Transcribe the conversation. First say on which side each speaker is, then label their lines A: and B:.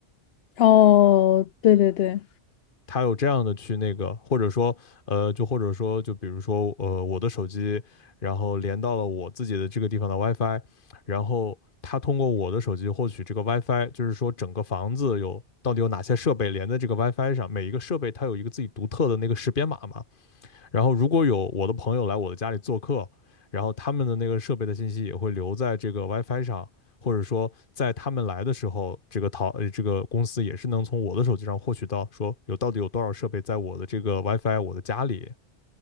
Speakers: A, on the left (about 65°); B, on the left (about 45°).
A: 哦，对对对，
B: 它有这样的去那个，或者说，呃，就或者说，就比如说，呃，我的手机，然后连到了我自己的这个地方的 WiFi，然后它通过我的手机获取这个 WiFi，就是说整个房子有到底有哪些设备连在这个 WiFi 上，每一个设备它有一个自己独特的那个识别码嘛，然后如果有我的朋友来我的家里做客，然后他们的那个设备的信息也会留在这个 WiFi 上，或者说在他们来的时候，这个淘呃这个公司也是能从我的手机上获取到说有到底有多少设备在我的这个 WiFi 我的家里，